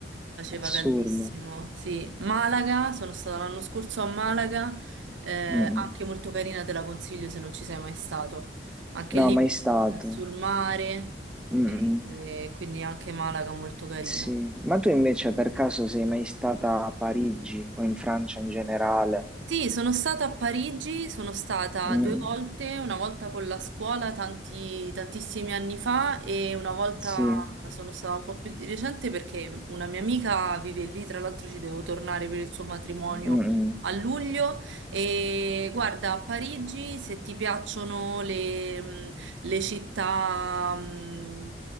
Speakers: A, on the right (about 85°); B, in the centre.
A: faceva
B: Assurdo.
A: caldissimo. Sì, Malaga, sono stata l'anno scorso a Malaga, eh,
B: Mm.
A: anche molto carina, te la consiglio se non ci sei mai stato. Anche
B: No,
A: lì
B: mai stato.
A: sul mare,
B: Mm.
A: e- e quindi anche Malaga molto carina.
B: Sì, ma tu invece per caso sei mai stata a Parigi o in Francia in generale?
A: Sì, sono stata a Parigi, sono stata
B: Mm.
A: due volte, una volta con la scuola tanti- tantissimi anni fa e una volta
B: Sì.
A: sono stata un po' più di recente perché una mia amica vive lì, tra l'altro ci devo tornare per il suo matrimonio
B: Mm.
A: a luglio e guarda, a Parigi se ti piacciono le, le città mh,